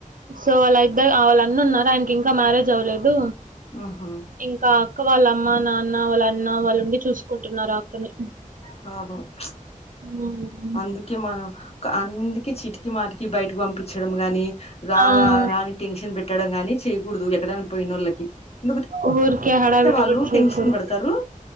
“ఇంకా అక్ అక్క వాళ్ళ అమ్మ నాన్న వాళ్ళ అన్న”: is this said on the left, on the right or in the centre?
Right